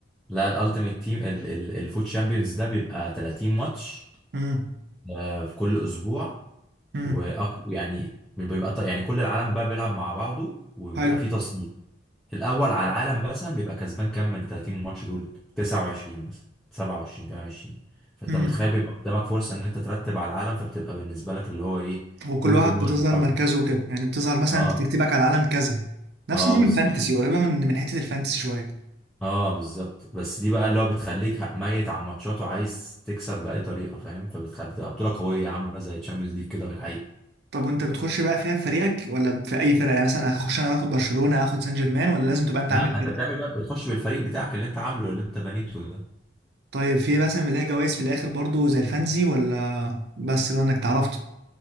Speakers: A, in the centre; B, on the right.
A: لا الالتيميت تيم الفوت شامبيونز ده بيبقى 30 ماتش
B: امم
A: آه، في كل اسبوع
B: امم
A: ويعني بيبقى ط- يعني كل العالم بقى بيلعب مع بعضه وبيبقى
B: حلو
A: فيه تصنيف الاول على العالم مثلا بيبقى كسبان كام من 30 ماتش دول 29 مثلا 27 28 فانت
B: امم
A: متخيل بيبقى قدامك فرصه ان انت ترتب على العالم فبتبقى بالنسبه لك اللي هو ايه
B: وكل
A: كله
B: واحد
A: بيموت
B: بتظهر
A: بعضه
B: مركزه وكده يعني بتظهر مثلا
A: اه
B: أنت ترتيبك على العالم كذا نفس
A: اه
B: نظام
A: بالظبط
B: الفانتسي قريبة من من حتة الفانتسي شوية
A: اه بالظبط بس دي بقى اللي هو بتخليك ميت على الماتشات وعايز تكسب بأي طريقة فاهم فبتخلي بتبقى بطولة قوية عاملة زي تشامبيونز ليج كده في الحقيقة
B: طب وانت بتخش بقى فيها في فريقك ولا في اي فرقه يعني مثلا هخش انا واخد برشلونه هاخد سان جيرمان ولا لازم تبقى انت
A: لا
B: عامل
A: انت
B: فرقه
A: بتعمل بقى بتخش بالفريق بتاعك اللي انت عامله اللي انت بنيته ده
B: طيب في مثلا بيلاقي جوائز في الاخر برضو زي الفانزي ولا بس لانك اتعرفت